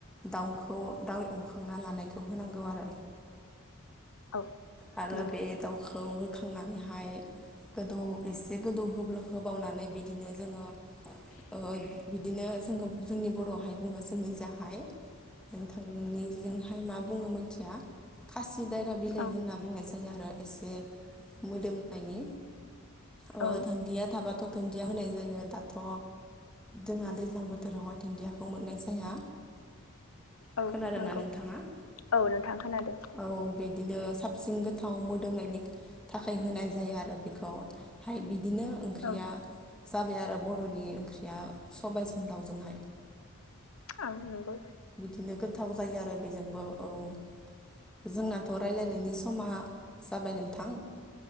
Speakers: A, in the centre; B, on the left.
A: दाउखौ दाउ एवखांना लानायखौ होनांगौ आरो
B: औ
A: आरो
B: नंगौ।
A: बे दाउखौ होखांनानैहाय गोदौ एसे गोदौ होब्ला होबावनानै बिदिनो जों ओ बिदिनो जों जोंनि बर'हाय बुङो जोंनि जाहाय नोंथांनिजोंहाय मा बुङो मिथिया खासि दायरा बिलाइ
B: औ
A: होनना बुंनाय सो आरो एसे मोदोमनायनि ओ,
B: औ
A: धोन्दिया थाबाथ' धोन्दिया होनाय जायो दाथ' जोंहा दैज्लां बोथोरावहाय धोन्दिया मोननाय जाया
B: औ
A: खोनादोंना
B: नंगौ
A: नोंथाङा?
B: औ नोंथां खोनादों
A: औ बिदिनो साबसिन गोथाव मोदोमनायनि थाखाय होनाय जायो आरो बेखौहाय बि बिदिनो ओंख्रिया
B: औ
A: जाबाय आरो बर'नि ओंख्रिया सबायाजों दाउजोंहाय
B: आं नंगौ
A: बिदिनो गोथाव जायो आरो बेजोंबो औ जोंनाथ' रायलायनायनि समा जाबाय नोंथां!